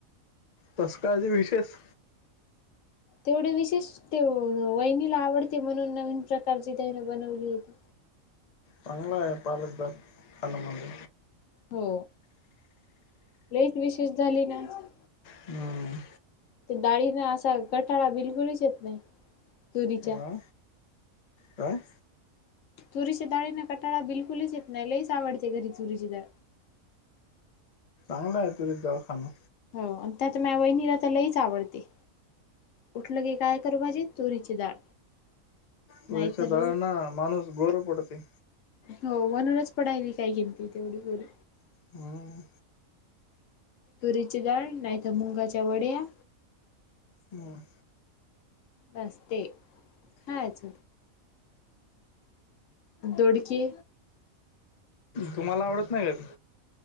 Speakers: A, on the left; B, on the left.
A: तस काय ते विशेष
B: तेवढे विशेष ते वहिनीला आवडते म्हणून नवीन प्रकारची तैनं बनवली होती
A: चांंगला पालक बस खाणं म्हणजे
B: हो लईच विशेष झाली ना आज
A: हम
B: ते डाळीना असा गठाळा बिलकुलच येत नाही तुरीच्या
A: अ काय
B: तुरीच्या डाळीने कटाळा बिलकुलच येत नाही लईच आवडते घरी तुरीची डाळ
A: आनला तुलेच दवाखाना
B: हो त्यात माह्या वहिनीला त लईच आवडते. उठलं की काय करू भाजी तुरीची डाळ
A: तुरीच्या
B: नाहीतर
A: डाळना माणूस गोर पडते.
B: हो म्हणूनच पडायली काय कीतीॅ तेवढी गोरी
A: हम्म
B: तुरीची डाळ नाहीतर मुंगाच्या वड्या
A: हम
B: बास ते खायाच दोडके
A: तुम्हाला आवडत नाही कधी.